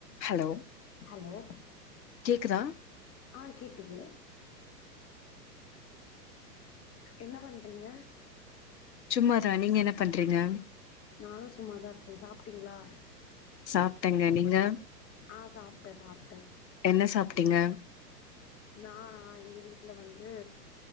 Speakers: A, on the left (about 80°); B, on the left (about 25°).
A: Hello
B: hello
A: கேக்குதா
B: ஆ கேக்குது என்ன பண்றீங்க
A: சும்மாதா நீங்க என்ன பண்றீங்க
B: நானு சும்மாதா இருக்கே சாப்ட்டீங்ளா
A: சாப்ட்டங்க நீங்க
B: ஆ சாப்ட்டே சாப்ட்டே
A: என்ன சாப்ட்டீங்க
B: நானா எங்க வீட்ல வந்து